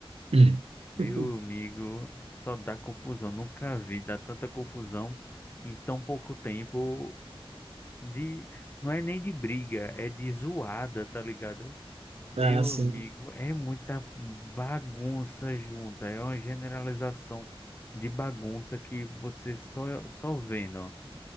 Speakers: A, on the right; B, on the left.
A: <laughs>
B: Meu amigo, só dá confusão. Nunca vi dar tanta confusão em tão pouco tempo de não é nem de briga, é de zoada, tá ligado?
A: Ah,
B: Meu
A: sim.
B: amigo, é muita bagunça junta, é uma generalização de bagunça que você só, só vendo.